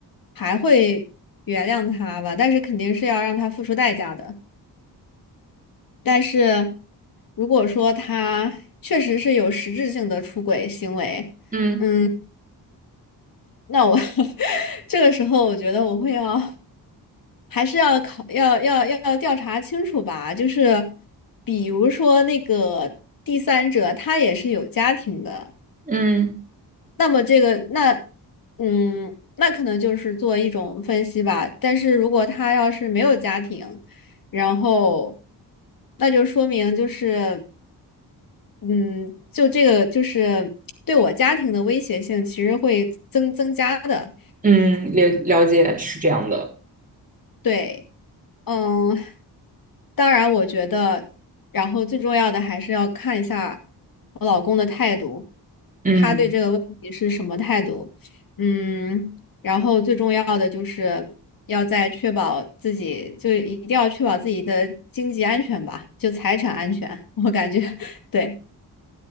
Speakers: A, on the left (about 55°); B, on the right (about 20°).
A: 还会原谅他吧，但是肯定是要让他付出代价的。但是如果说他确实是有实质性的出轨行为，
B: 嗯
A: 嗯。那我 <laughs> 这个时候，我觉得我会要还是要考要要要调查清楚吧。就是比如说那个第三者，他也是有家庭的，
B: 嗯。
A: 那么这个那嗯，那可能就是做一种分析吧。但是如果他要是没有家庭，然后那就说明就是嗯，就这个就是对我家庭的威胁性其实会增增加的，
B: 嗯，了了解是这样的，
A: 对。嗯，当然，我觉得，然后最重要的还是要看一下我老公的态度，
B: 嗯，
A: 他对这个问题是什么态度。嗯，然后最重要的就是要在确保自己，就一定要确保自己的经济安全吧，就财产安全。我感觉，<laughs> 对，